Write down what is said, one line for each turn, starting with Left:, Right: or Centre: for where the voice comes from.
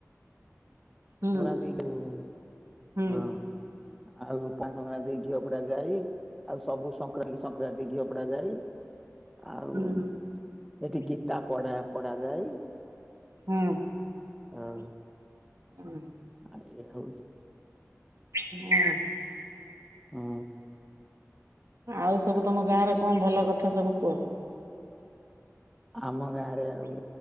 Right: ହୁଁ
Centre: ପଣା ପିଇଲୁ ହଁ।
Right: ହୁଁ
Centre: ଆଉ ତାଙ୍କ <unintelligible> ଘିଅ ପୋଡା ଯାଇ। ଆଉ ସବୁ ସଂକ୍ରାନ୍ତି ସଂକ୍ରାନ୍ତି ଘିଅ ପୋଡା ଯାଇ ଆଉ
Right: ହୁଁ
Centre: ସେଠି ଗୀତା ପଢା ପଢା ଯାଇ।
Right: ହୁଁ।
Centre: ହଁ।
Right: ହୁଁ।
Centre: ଆ ଏଇଆ ହଉ
Right: ଅଁ ହଁ।
Centre: ହୁଁ।
Right: ଆଉ ସବୁ ତମ ଗାଁ ରେ କଣ ଭଲ କଥା ସବୁ କୁହ?
Centre: ଆମ ଗାଁ ରେ ଆଉ